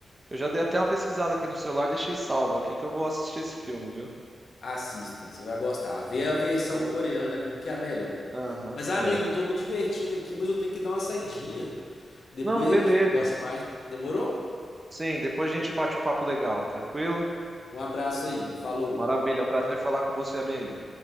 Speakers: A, on the right; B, on the left.
A: Eu já dei até uma pesquisada aqui no celular, deixei salvo aqui que eu vou assistir esse filme, viu?
B: Assista, você vai gostar. Vê a versão
A: O-
B: coreana mesmo que é a melhor.
A: Aham,
B: Mas, amigo,
A: é.
B: tô me divertindo aqui, mas eu tenho que dar uma saidinha. Depois
A: Não, beleza.
B: a gente conversa mais. Demorou?
A: Sim, depois a gente bate o papo legal, tranquilo?
B: Um abraço aí. Falou.
A: Maravilha, prazer falar com você, amigo.